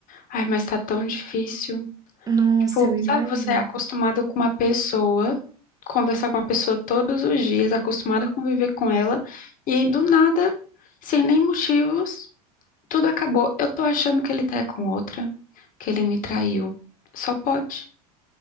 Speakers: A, on the left; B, on the right.
A: Ai, mas tá tão difícil.
B: Nossa,
A: Tipo,
B: eu imagino.
A: sabe, você é acostumado com uma pessoa, conversar com uma pessoa todos os dias, acostumado a conviver com ela, e aí, do nada, sem nem motivos, tudo acabou. Eu tô achando que ele tá com outra, que ele me traiu. Só pode,